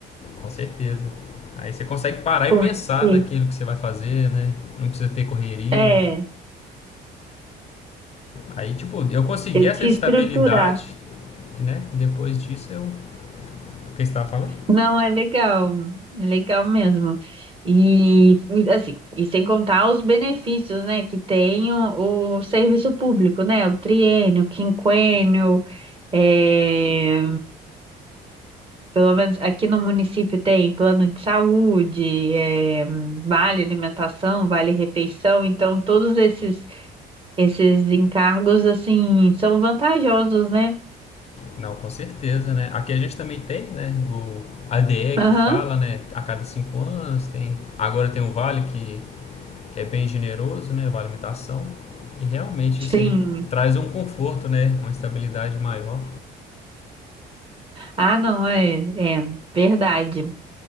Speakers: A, on the left; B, on the right.
A: Com certeza. Aí você consegue parar e
B: Porque,
A: pensar daquilo que você vai fazer, né? Não precisa ter correria.
B: é,
A: Aí, tipo, eu consegui
B: ele
A: essa
B: se
A: estabilidade,
B: estruturar.
A: né? Depois disso eu. O que você estava falando?
B: Não, é legal, é legal mesmo. E assim, e sem contar os benefícios, né, que tem o, o serviço público, né? O triênio, o quinquênio, é, pelo menos aqui no município tem plano de saúde, é, vale alimentação, vale refeição, então todos esses esses encargos assim são vantajosos, né?
A: Não, com certeza, né? Aqui a gente também tem, né? O ADE
B: Aham,
A: que fala, né? A cada cinco anos tem. Agora tem um vale que, que é bem generoso, né? Vale alimentação. E realmente
B: sim.
A: isso aí traz um conforto, né? Uma estabilidade maior.
B: Ah, não, é, é verdade.